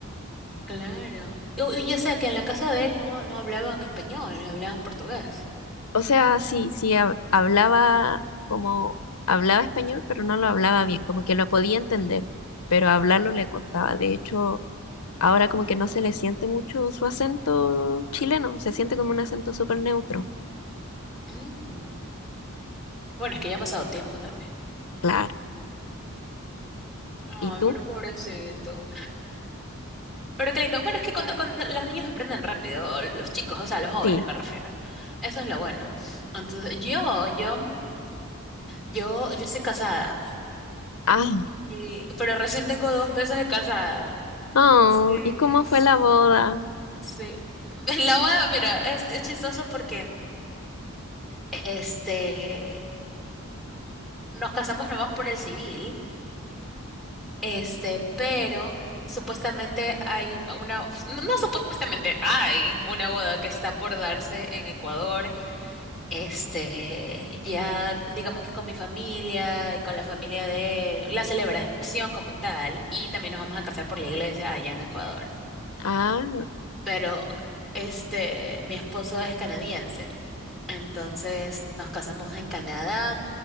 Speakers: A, in the centre; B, on the left (about 80°).
A: Claro. O- Y, ya sea que en la casa de él no, no hablaban español, hablaban portugués.
B: O sea, sí, sí, hab- hablaba como, hablaba español, pero no lo hablaba bien, como que lo podía entender, pero hablarlo le costaba. De hecho, ahora como que no se le siente mucho su acento chileno, se siente como un acento
A: Ujú.
B: súper neutro.
A: Mm. Bueno, es que ya ha pasado tiempo también.
B: Claro.
A: Ay,
B: ¿Y tú?
A: pero pobrecito. Pero qué lindo. Bueno, es que cuando, cuando los niños aprenden rápido, o los chicos, o sea, los jóvenes
B: Sí.
A: me refiero. Eso es lo bueno. Entonces, yo, yo, yo, yo estoy casada,
B: Ah.
A: y- pero recién tengo dos meses de casada.
B: Oh,
A: Sí,
B: ¿y cómo
A: s-
B: fue la boda?
A: sí. <laughs> La boda, mira, es, es chistoso porque, este, nos casamos nomás por el civil, este, pero supuestamente hay un- una, no, no supuestamente, hay una boda que está por darse en Ecuador, este, ya digamos que con mi familia y con la familia de él, la celebración como tal, y también nos vamos a casar por la iglesia allá en Ecuador.
B: Ah,
A: Pero, este, mi esposo es canadiense. Entonces nos casamos en Canadá